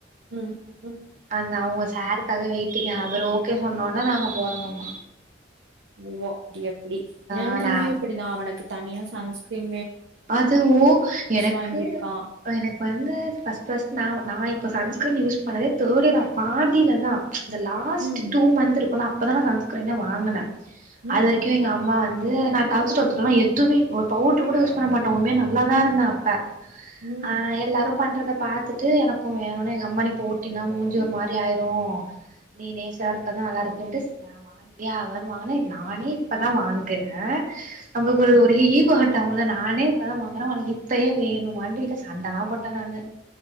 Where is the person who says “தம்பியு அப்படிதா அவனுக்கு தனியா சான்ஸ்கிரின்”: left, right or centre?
Right